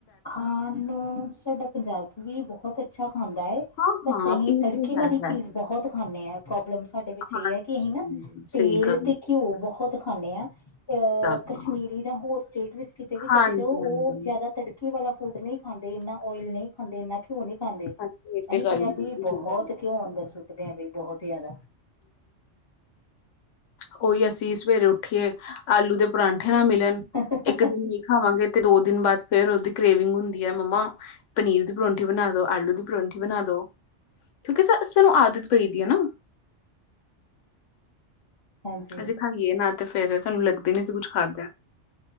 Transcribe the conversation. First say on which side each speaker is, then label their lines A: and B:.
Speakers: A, on the left; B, on the left.
A: ਖਾਣ ਨੂੰ ਸਾਡਾ ਪੰਜਾਬ ਵੀ ਬਹੁਤ ਅੱਛਾ ਖਾਂਦਾ ਏ।
B: ਹਾਂ
A: ਪਰ
B: ਹਾਂ
A: ਅਹੀਂ
B: ਇਹ
A: ਤੜਕੇ
B: ਤੇ
A: ਵਾਲੀ
B: ਹੈ ਵੈਸੇ
A: ਚੀਜ਼ ਬਹੁਤ ਖਾਂਣੇ ਆਂ ਪ੍ਰੋਬਲਮ ਸਾਡੇ ਵਿੱਚ
B: ਹਾਂਜੀ
A: ਇਹ ਹੈ ਕਿ ਅਹੀਂ ਨਾ ਤੇਲ
B: ਸਹੀ ਗੱਲ
A: ਤੇ ਘਿਓ
B: ਹੈ।
A: ਬਹੁਤ ਖਾਣੇ ਆਂ ਅ
B: ਜ਼ਿਆਦਾ
A: ਕਸ਼ਮੀਰੀ ਜਾਂ ਹੋਰ ਸਟੇਟ ਵਿੱਚ ਕਿਤੇ ਵੀ ਚਲੇ
B: ਹਾਂਜੀ
A: ਜਾਓ
B: ਹਾਂਜੀ
A: ਓ ਜਾਦਾ ਤੜ <unintelligible> ਵਾਲਾ ਫੂਡ ਨਹੀਂ ਖਾਂਦੇ ਇੰਨਾ ਓਇਲ ਨਹੀਂ ਖਾਂਦੇ ਇੰਨਾ ਘਿਓ ਨਹੀਂ ਖਾਂਦੇ
B: ਹਾਂਜੀ ਇਹ ਤੇ
A: ਅਹੀਂ
B: ਗੱਲ
A: ਪੰਜਾਬੀ
B: ਬਿਲਕੁਲ ਠੀਕ
A: ਬਹੁਤ
B: ਹੈ।
A: ਘਿਉ ਅੰਦਰ ਸੁੱਟਦੇ ਆ ਬ ਬਹੁਤ ਜਾਦਾ
B: ਉਹੀ ਅਸੀਂ ਸਵੇਰੇ ਉੱਠ ਉੱਠੀ ਏ ਆਲੂ ਦੇ ਪਰਾਂਠੇ ਨਾ ਮਿਲਣ
A: <inaudible>
B: ਇੱਕ ਦਿਨ ਨਈ ਖਾਵਾਂਗੇ ਤੇ ਦੋ ਦਿਨ ਬਾਦ ਫਿਰ ਉਦੀ ਕਰੇਵਿੰਗ ਹੁੰਦੀ ਏ ਮੰਮਾ ਪਨੀਰ ਦੀ ਪਰੌਂਠੀ ਬਣਾ ਦੋ ਆਲੂ ਦੀ ਪਰੌਂਠੀ ਬਣਾ ਦੋ। ਕਿਉਂਕਿ ਸ ਸਾਨੂੰ ਆਦਤ ਪਈ ਦੀ ਏ ਨਾ।
A: ਹਾਂਜੀ।
B: ਅਸੀਂ ਖਾਈਏ ਨਾ ਤੇ ਫਿਰ ਸਾਨੂੰ ਲੱਗਦਾ ਨਈ ਅਸੀਂ ਕੁੱਝ ਖਾਧਾ।